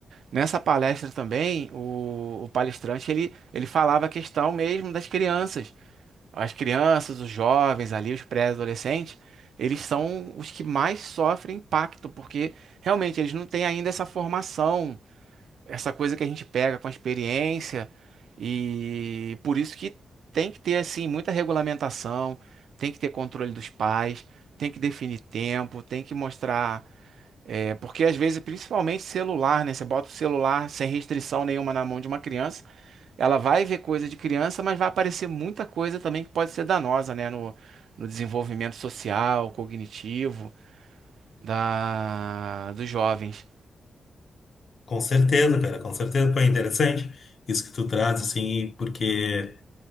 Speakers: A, on the right; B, on the left.
A: nessa palestra também, o, o palestrante ele, ele falava a questão mesmo das crianças. As crianças, os jovens ali, os pré-adolescentes, eles são os que mais sofrem impacto, porque realmente eles não têm ainda essa formação, essa coisa que a gente pega com a experiência, e por isso que tem que ter assim muita regulamentação, tem que ter controle dos pais, tem que definir tempo, tem que mostrar é porque às vezes, principalmente celular, né? Você bota o celular sem restrição nenhuma na mão de uma criança, ela vai ver coisa de criança, mas vai aparecer muita coisa também que pode ser danosa, né? No, no desenvolvimento social, cognitivo da, dos jovens.
B: Com certeza, cara, com certeza. Foi interessante isso que tu traz, assim, porque,